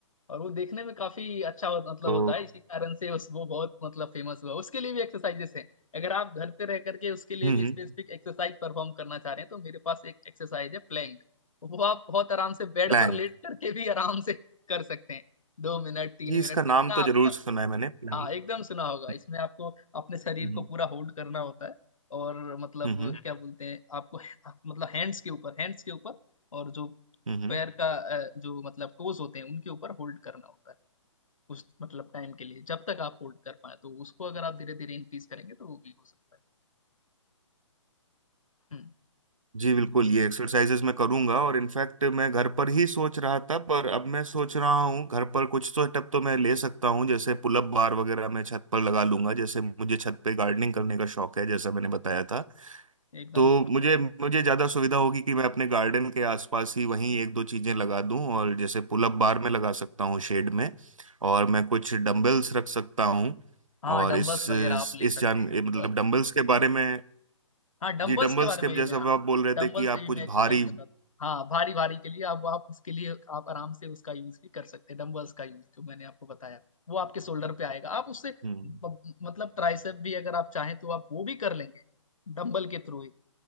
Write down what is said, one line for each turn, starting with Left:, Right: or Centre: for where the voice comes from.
Left: और वो देखने में काफी अच्छा हो, मतलब
Right: तो
Left: होता है इसी कारण से उस वो बहुत मतलब फेमस हुआ उसके लिए भी एक्सरसाइजेस हैं अगर आप घर पे रह करके उसके लिए
Right: हम्म
Left: भी
Right: हम्म
Left: स्पेसिफिक एक्सरसाइज परफॉर्म करना चाह रहे हैं तो मेरे पास एक एक्सरसाइज है प्लैंक वो आप बहुत आराम से बेड
Right: प्लैंक
Left: पर लेट करके भी आराम से कर सकते हैं दो मिनट तीन
Right: जी इसका
Left: मिनट
Right: नाम
Left: जितना
Right: तो
Left: आपका
Right: जरूर सुना है मैंने प्लैंक
Left: हाँ एकदम सुना होगा
Right: हम्म
Left: इसमें आपको अपने शरीर
Right: हम्म
Left: को पूरा होल्ड करना होता है और मतलब
Right: हम्म हम्म
Left: क्या बोलते हैं आपको मतलब हैंड्स के ऊपर हैंड्स के ऊपर और जो
Right: हम्म,
Left: पैर का अ, जो मतलब टोज होते हैं उनके ऊपर होल्ड करना होता है उस मतलब टाइम के लिए जब तक आप होल्ड कर पाए तो उसको अगर आप धीरे धीरे इंक्रीज करेंगे तो वो भी हो सकता है हम्म
Right: जी बिल्कुल ये एक्सरसाइजेज मैं करूंगा और इनफैक्ट मैं घर पर ही सोच रहा था पर अब मैं सोच रहा हूँ घर पर कुछ तो स्टेप तो मैं ले सकता हूँ जैसे पुलअप बार वगैरह मैं छत पर लगा लूंगा जैसे मुझे छत पे गार्डनिंग करने का शौक है जैसा मैंने बताया था
Left: एकदम
Right: तो
Left: एकदम
Right: मुझे
Left: correct।
Right: मुझे ज़्यादा सुविधा होगी कि मैं अपने गार्डन के आसपास ही वहीं एक दो चीज़ें लगा दूं और जैसे पुलअप बार में लगा सकता हूँ शेड में और मैं कुछ डम्बल्स रख सकता हूँ
Left: हाँ
Right: और
Left: डंबल्स
Right: इस
Left: वगैरह
Right: इस
Left: आप ले
Right: इस
Left: सकते
Right: जान
Left: हैं
Right: मतलब
Left: बस
Right: डंबल्स के बारे में
Left: हाँ डंबल्स
Right: जी डंबल
Left: के बारे
Right: स्क्वाट
Left: में ही
Right: जैसा
Left: मैं हाँ
Right: अब आप बोल रहे
Left: डंबल
Right: थे कि
Left: से
Right: आप
Left: भी
Right: कुछ
Left: मैं एक्सरसाइज
Right: भारी
Left: बता हाँ भारी भारी के लिए अब आप उसके लिए आप आराम से उसका यूज भी कर सकते हैं डंबल्स का यूज जो मैंने आपको बताया वो आपके शोल्डर पे आएगा आप उससे
Right: हम्म
Left: ब- मतलब ट्राइसेप भी अगर आप चाहें तो आप वो भी कर लेंगे डंबल के थ्रू ही